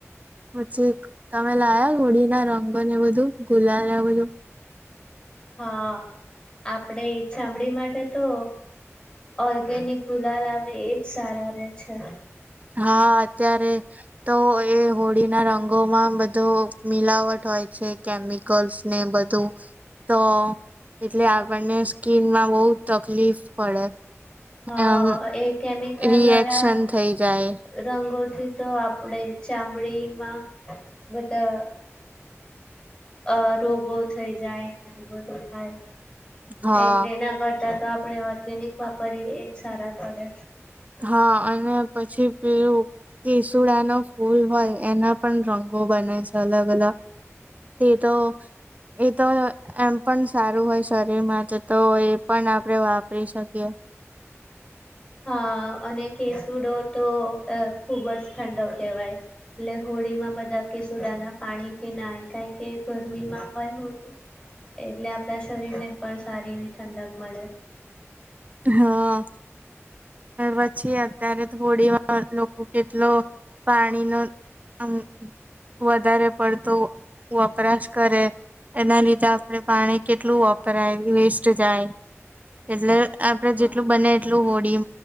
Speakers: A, on the right; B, on the left.
A: મુછી કતામે લાયા. કોળી ના રંગો ને બધું ગુલા ને બધું
B: હા આપડે ચામડી માટે તો, ઓર્ગેનિક ગુલાલ આવે એજ સારા રે છે.
A: હા અત્યારે તો એ હોળી ના રંગોમાં બધો મિલાવટ હોય છે, કેમિકલ્સ ને બધું. તો એટલે આપણને સ્કીનમાં બહુ તકલીફ પડે.
B: હા
A: એમ
B: એ કેમિકલ
A: રિએક્શન
B: દ્વારા
A: થઈ જાય
B: રંગ ગોઠવી તો આપણેે ચામડીમાં બધા. અ રોગો થઈ જાયને અને બધું થાય
A: હા
B: એટલે એના ઘરમાં. તો આપણે ઓર્ગેનિક વાપરીએ એજ સારા પડે.
A: હા અને પછી પેલું કેસુડા નો ફૂલ હોય એના પણ રંગ હું બનું છું, અલગ- અલગ તે તો એ તો એમ. પણ સારું હોય શરીરમાં તો એ પણ આપણે વાપરી શકીએ.
B: અ અને કેસુડો તો ખુબ જ ઠંડો કહેવાય. એટલે હોળીમાં બધા કેસોડા ના પાણી કે ના કારણ કે ગરમીમાં હોય હોળી. એટલે આપડા શરીર ને પણ સારી એવી ઠંડક મળે.
A: હા પછી અત્યારે થોડી વાર લોકો કેટલો પાણી નો આમ વધારે પડતો. વપરાશ કરે એના લીધે આપણે પાણી કેટલું વપરાયેલ વેસ્ટ. જાય એટલે આપડે
B: હા.
A: જેટલું બને એટલું હોળી.